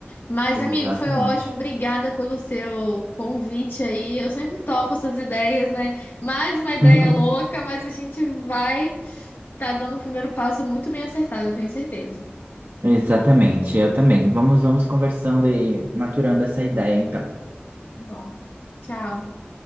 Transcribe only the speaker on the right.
Exatamente.
<laughs>
Exatamente, eu também. Vamos, vamos conversando e maturando essa ideia, então.